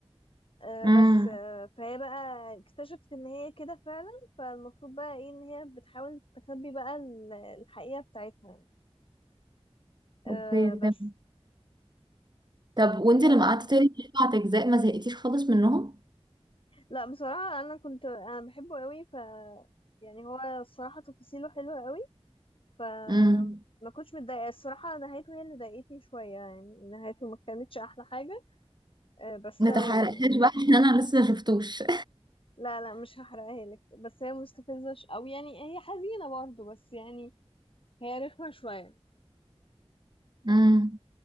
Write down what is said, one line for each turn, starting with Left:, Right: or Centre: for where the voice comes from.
Left: آه
Right: امم
Left: بس آه فهي بقى اكتشفت ان هي كده فعلا فالمفروض بقى ايه ان هي بتحاول تخبي بقى ال- الحقيقة بتاعتها يعني. آه
Right: اوكي
Left: بس
Right: فهمت طب وانت
Left: آه
Right: لما قعدت تقري سبعة اجزاء ما زهقتيش خالص منهم
Left: لا بصراحة أنا كنت أنا بحبه قوي ف يعني هو الصراحة تفاصيله حلوة قوي ف
Right: امم
Left: ما كنتش متضايقة الصراحة نهايته هي اللي ضايقتني شوية يعني نهايته ما كانتش أحلى حاجة آه بس
Right: ما
Left: تمام
Right: تحرقهاش
Left: يعني
Right: بقى عشان انا لسه ما شفتوش
Left: لا لا مش هحرقها لك بس هي مستفزة ش... أو يعني هي حزينة برضه بس يعني هي رخمة شوية
Right: <laughs> امم